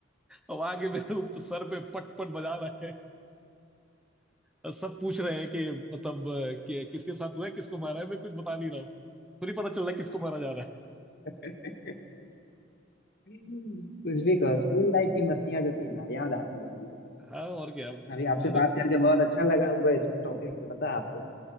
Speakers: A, in the centre; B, on the left (about 55°).
A: अब आगे मेरे ऊपर सर पे पट पट बजा रहा है और सब पूछ रहे हैं कि मतलब अ, कि, किसके साथ हुआ है किसको मारा है मैं कुछ बता नहीं रहा हूँ खुद ही पता चल रहा है किसको मारा जा रहा है
B: <laughs> कुछ भी कहो स्कूल लाइफ की मस्तियां जो थी ना याद आती है कभी कभी
A: हाँ और क्या
B: अभी आपसे
A: यार
B: बात करके बहुत अच्छा लगा हमको इस टॉपिक पे पता है आपको